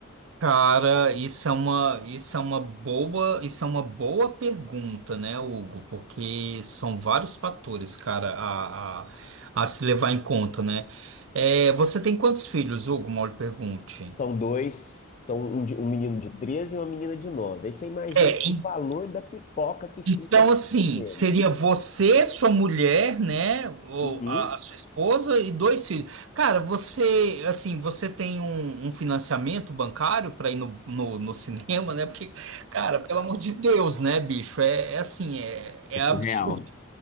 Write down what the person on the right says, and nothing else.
Cara, isso é uma, isso é uma boa, isso é uma boa pergunta, né, Hugo? Porque são vários fatores, cara, a, a, a se levar em conta, né? É, você tem quantos filhos, Hugo? Mal lhe pergunte.
É,
em-
Então,
assim,
seria você, sua mulher, né? Ou
a, a sua esposa e dois filhos. Cara, você, assim, você tem um, um financiamento bancário para ir no, no, no cinema, né? Porque, cara, pelo amor de Deus, né, bicho? É, é assim, é, é
absurdo.